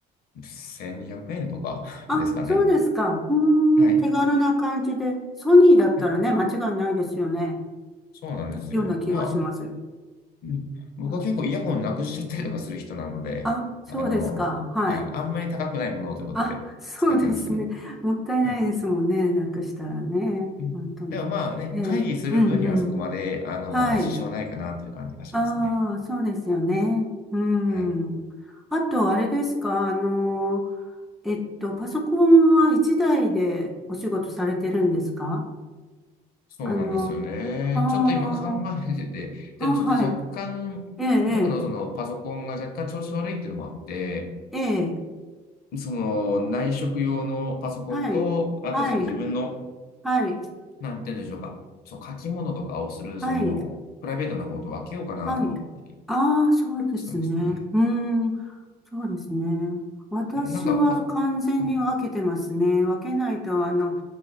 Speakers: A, on the left; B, in the centre.
A: 2 0 0円とか <laughs>
B: あ、
A: ですかね。
B: そうですか。う
A: はい。
B: ーん、手軽な感じで。ソニーだったらね、
A: はい。
B: 間違いないですよね。
A: そうなんですよ。
B: ような気がします。
A: まあ、うん僕は結構イヤホンなくしちゃったりとかする人なので、
B: はい。あ、そうですか。
A: あの、
B: はい。
A: はい。あんまり高くないものをということで使ってるんですけど。
B: あ、そうですね。もったいないですもんね。
A: はい。
B: なくしたらね。
A: うんでもまあね、
B: 本当に。ええ、
A: 会議する分にはそこまで、
B: うんうん。
A: あの、
B: はい。
A: 支障ないかなという感じがしますね。
B: ああ、そうですよね。うん。
A: はい。
B: あと、あれですか。あの、えっと、パソコンは一台でお仕事されてるんですか
A: そうなんですよね。
B: あの、ああ、
A: ちょっと今考えてて、
B: あ、
A: でもちょっと若干、
B: はい。ええ、
A: 僕のそのパソコンが若干調子悪いっていうのもあって、
B: ええ、ええ
A: その内職用のパソコンと、
B: はい、
A: あとその自分の、
B: はい、はい、
A: なんて言うんでしょうか、その書き物とかをする、
B: はい、
A: そのプライベートな方と分けようかなとか思ったり
B: はい。ああ、そうですね。
A: してますね。
B: うーん、そうですね。私は完全に分けてますね。
A: なんかパ、あ
B: 分けないと、あの、